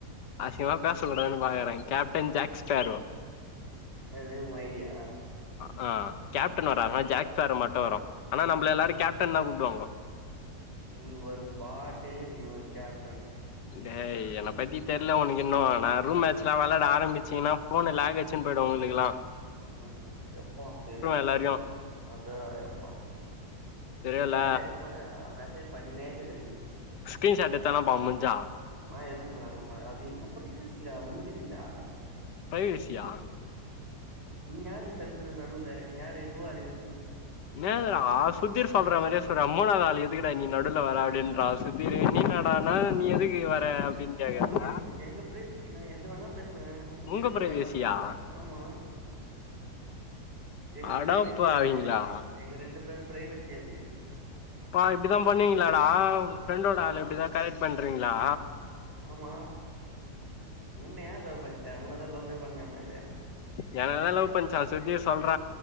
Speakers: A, on the left (about 90°); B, on the right (about 35°).
A: அசிங்மா பேசக் கூடாதுன் பாக்கற கேப்டன் ஜேக் ஸ்பேரோ
B: அது உ ஐடியா
A: அ ஆ கேப்டன் வராதுடா ஜேக் ஸ்பேரோ மட்டு வரு ஆனா நம்பள
B: ஆ
A: எல்லாரு கேப்டன் தா கூப்டுவாங்கோ
B: நீ ஒரு பாட்டு நீ ஒரு கேப்டனு
A: டேய் என்ன பத்தி தெர்ல ஒனக்கின்னு நா ரூம் மேட்ஸ்லா வெளாட ஆரம்பிச்சிங்னா ஃபோனு லேகச்சின் போய்டு உங்ளுக்லா
B: ம் யப்பா செரியான
A: எல்லாரையு
B: அந்தராயப்பா
A: தெரியுல்ல
B: இன்னாடா இந்த பொண்ணு மெசேஜ் பண்ணினேகிது ரெடி
A: ஸ்கிரீன்ஷாட் எத்தனா பா முஞ்சா
B: நா எதுக்கு உனுக்கு அனுப்ன அது எங்க பிரசஸிடா உனக்கெதுக் குடா
A: பிரைவசியா
B: நீ யாரு சென்ட்ரல நடுவுல நீ யாரு ஹூ ஆர் யூ
A: என்னதுடா சுத்திர் சொல்ற மாரியே சொல்ற மூனாவுது ஆள் எதுக்டா நீ நடுல வர அப்டின்றா சுத்திரு நீ என்னடானா நீ எதுக்கு வர அப்டின்னு கேக்குற
B: அது எங்க எங்க பிரைவேசி நா எது வேணா வ உனகெதுக்கு
A: உங்க பிரைவேசியா
B: தேவ இலாத கத ஆமா எங்க
A: அடப்பாவிங்களா
B: பிரைவேசி அது எங்க ரெண்டு பேரு பிரைவேசி அது
A: பா இப்டிதா பண்ணுவிங்ளாடா ஃப்ரெண்டோட
B: ஆமா
A: ஆள இப்டிதா கரெக்ட் பண்றிங்ளா
B: ஆமா உன்ன யார் லவ் பண்ச்சா உன்னதா லவ்வே பண்ணமயாதே
A: எனனதா லவ் பண்ச்சா சுத்திர் சொல்ற